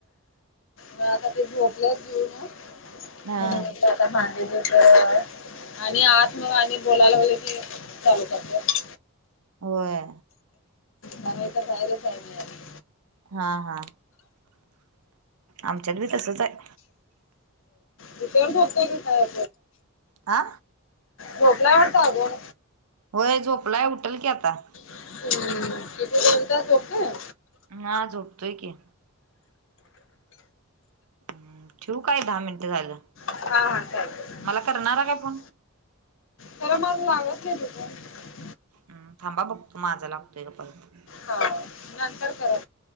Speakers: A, on the left; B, on the right.
A: म आता ते झोपल्याच जेऊन
B: हा
A: म्हणून म्हटलं भां तर आणि आत मग आणि बोलायला कि चालू करत्यात.
B: होय.
A: घराच्या बाहेरच आहे मी आजून.
B: हा हा आमच्यात बी तसच आहे.
A: कठेवर भत काय
B: आ.
A: झोपलाय वाडत आजून.
B: होय झोपलाय उठेल की आता.
A: हम्म किती दोन तास झोपतोय.
B: ना झोपतोय की. हम्म ठेव काय दहा मिनिटं झालं.
A: हा हा चालंय तर
B: मला करणारा काय फोन
A: खरं मग लागत नाही रिटर्न.
B: हम् थांबा बघ तो माझा लागतोय का परत.
A: हा नंतर करा.